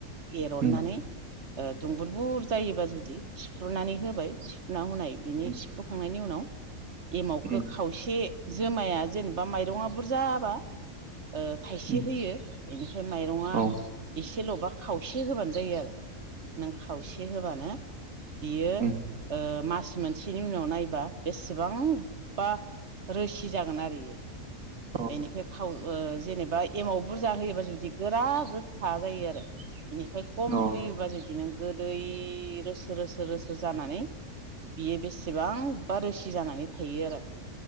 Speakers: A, on the right; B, on the right.
A: एरनानै
B: उम
A: ओ दुंबुर बुर जायोबा जुदि सिफ्रुनानै होबाय सिफुना हुनाय बिनि
B: उम
A: सिफ्रुखांनायनि उनाव एमावखो
B: उम
A: खावसे जोमाया जेनेबा माइरंआ बुरजाबा ओ थाइसे
B: उम
A: होयो इनिफ्राय माइरङा
B: औ
A: इसेल'बा खावसे होबानो जायो आरो नों खावसे होबानो बियो
B: उम
A: ओ मास मोनसेनि उनाव नायबा बेसेबांबा रोसि जागोन आरो इयो
B: औ
A: एनिफाय खाव ओ जेनेबा एमाव बुरजा होयोबा जुदि गोरा गोखा जायो आरो बेनिफ्राय खम
B: औ
A: होयोबा जुदि बिदिनो गोदै रोसो रोसो रोसो जानानै बियो बेसेबांबा रोसि जानानै थायो आरो